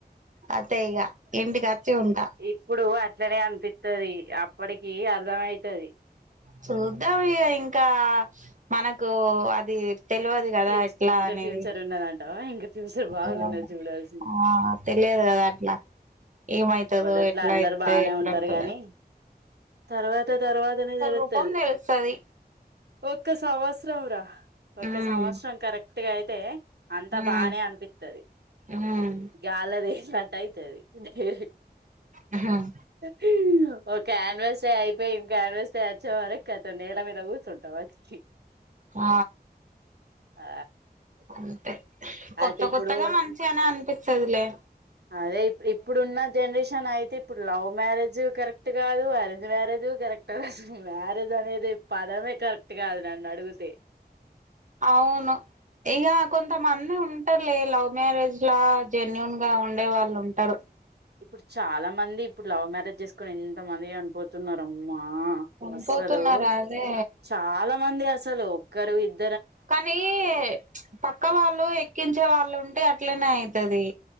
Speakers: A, on the right (about 50°); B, on the right (about 80°).
A: అదే ఇక ఇంటికి వచ్చి ఉంటా
B: ఇప్పుడు అట్లనే అనిపిత్తది అప్పడికి అర్ధ అయితది
A: చూద్దాం ఇగ ఇంకా.. మనకు వొ అది తెలవదు కదా
B: ఫ్యూ
A: ఎట్లా
B: ఇంకా
A: అనేది
B: ఫ్యూచర్ ఉన్నదంటావా ఇంకా ఫ్యూచర్ బాగున్నది
A: ఆ
B: చూడాల్సింది
A: ఆ తెలియదు కదా అట్లా ఏమైతుదో
B: మొదట్లో
A: ఎట్లా
B: అందరు
A: అయితె
B: బానే
A: ఎట్లుంటదోని
B: ఉంటారు గాని తర్వాత తర్వాతనే తెలుత్తది
A: రూపం తెలుస్తది
B: ఒక్క సంవత్సరం రా ఒక్క
A: ఉమ్
B: సంవత్సరం కరెక్ట్గ అయితే అంతా
A: ఉమ్
B: బానే అనిపిత్తది
A: ఉమ్
B: గాల్లదే కట్ అయితది ఉద్ హే
A: ఉమ్
B: హీ ఓక్ క్యాన్వాస్ డే అయిపేయి క్యాన్వాస్ డే వచ్చే వరకు అతన్ నేల మీద కూర్చుంటాం వచ్చి
A: ఆ
B: ఆ
A: అంతే కొత్త
B: అటు ఇప్పుడు
A: కొత్తగా మంచిగనే అనిపిస్ చదులే
B: అదే ఇప్పుడ్ ఇప్పుడున్న జనరేషన్ అయితే ఇప్పుడు లవ్ మ్యారేజు కరెక్ కరెక్ట్ కాదు అరేంజ్ మ్యారేజు కరెక్ట్ అసలు మ్యారేజ్ అనేదే పదమే కరెక్ట్ కాదు నన్ను అడుగితే
A: అవును ఇంగ కొంతమంది ఉంటర్లే లవ్ మ్యారేజ్ లా జెన్యుూన్ గా ఉండే వాళ్ళు ఉంటారు
B: ఇప్పుడు చాలా మంది ఇప్పుడు లవ్ మ్యారేజ్ జేస్కొని ఎంత మంది చనిపోతున్నారు అమ్మ ఆ
A: చనిపోతున్నారు
B: అస్సలు
A: అదే
B: చాలా మంది అస్ అస్సలు ఒక్కరు ఇద్
A: కనీ పక్క వాళ్ళు ఎక్కించే వాళ్ళు ఉంటే అట్ అట్లనే అయితది